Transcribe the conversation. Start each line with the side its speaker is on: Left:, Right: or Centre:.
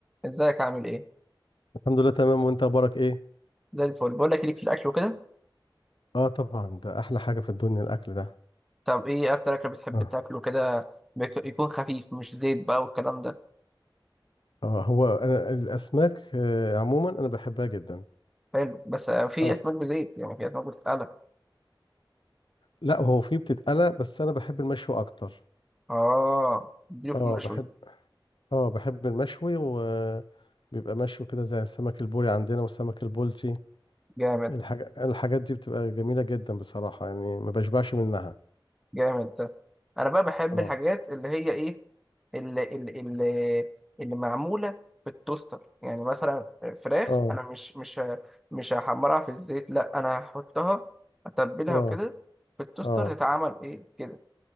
Centre: ازيك عامل ايه
Left: الحمد لله تمام وانت اخبارك ايه
Centre: زي الفل بقول لك ليك في الاكل وكده
Left: اه طبعا ده احلى حاجه في الدنيا الاكل ده
Centre: طب ايه اكتر اكل بتحب
Left: اه,
Centre: تاكله كده بيك- يكون خفيف مش زيت بقى والكلام ده
Left: آه هو انا الاسماك آه عموما انا بحبها جدا
Centre: حلو بس آه، في
Left: اه
Centre: اسماك بزيت يعني في اسماك بتتقلى
Left: لا هو في بتتقلى بس انا بحب المشوي اكتر
Centre: اه اديله في
Left: اه
Centre: المشوي
Left: بحب اه بحب المشوي وبيبقى مشوي كده زي السمك البوري عندنا والسمك البلطي
Centre: جامد
Left: الحاجة الحاجات دي بتبقى جميله جدا بصراحه يعني ما بشبعش منها
Centre: جامد ده انا بقى بحب
Left: اه
Centre: الحاجات اللي هي ايه اللي اللي اللي, اللي معموله في التوستر يعني مثلا فراخ
Left: اه
Centre: انا مش مش ه- مش هحمرها في الزيت لا انا هحطها اتبلها
Left: اه
Centre: وكده في التوستر
Left: اه
Centre: تتعمل ايه كده